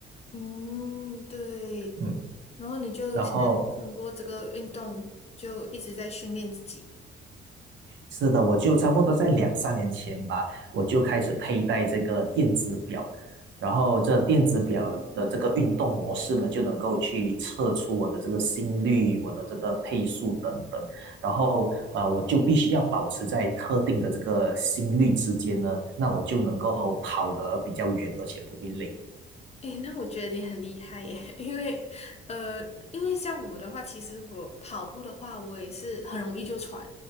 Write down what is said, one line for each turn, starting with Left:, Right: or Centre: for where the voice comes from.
Left: 嗯，对。
Right: 嗯，
Left: 然后你就现在就通过这个运动，
Right: 然后
Left: 就一直在训练自己。
Right: 是的，我就差不多在两三年前吧，我就开始佩戴这个电子表，然后这电子表的这个运动模式呢，就能够去测出我的这个心率、我的这个配速等等，然后呃，我就必须要保持在特定的这个心率之间呢，那我就能够跑得比较远，而且不会累。
Left: 诶，那我觉得你很厉害耶，<laughs> 因为呃，因为像我的话，其实我跑步的话，我也是很容易就喘，